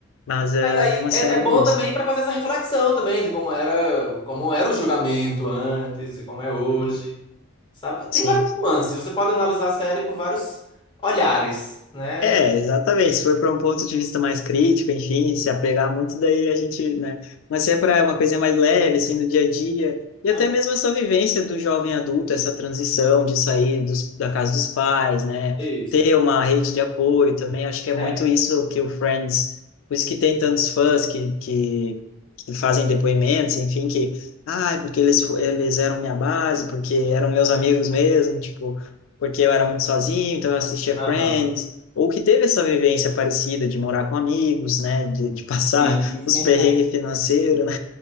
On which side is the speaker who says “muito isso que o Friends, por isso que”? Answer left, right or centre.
Left